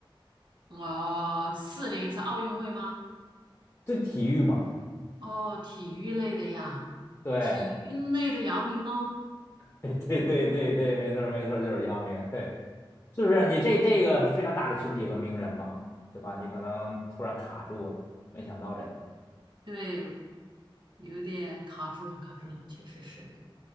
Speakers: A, on the right; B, on the left.
A: 我、四年一次奥运会吗？
B: 对体育嘛，
A: 哦，体育类的呀，
B: 对啊，
A: 体育类的姚明咯，
B: <laughs> 对对对对，没错儿没错儿，就是姚明，对，是不是？你这这个非常大的群体和名人嘛，对吧？你可能突然卡住了，没想到这个，
A: 对，有点卡住了，卡住了，确实是，